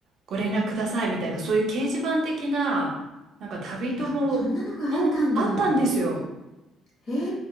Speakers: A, on the right (about 50°); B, on the left (about 45°).
A: ご連絡くださいみたいな、そういう掲示板的な、なんか旅友も、
B: あそんなのがあったんだ
A: うん、あったんですよ。
B: へえ